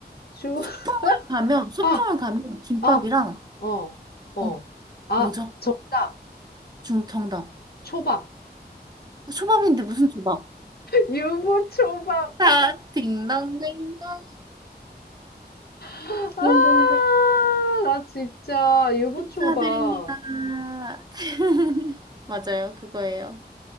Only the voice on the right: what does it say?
소풍을 가면,
소풍을
가면 김밥이랑,
어,
뭐죠?
중, 정답.
초밥인데 무슨 초밥?
자, 딩동댕동.
딩동댕
축하드립니다. <laughs> 맞아요, 그거예요.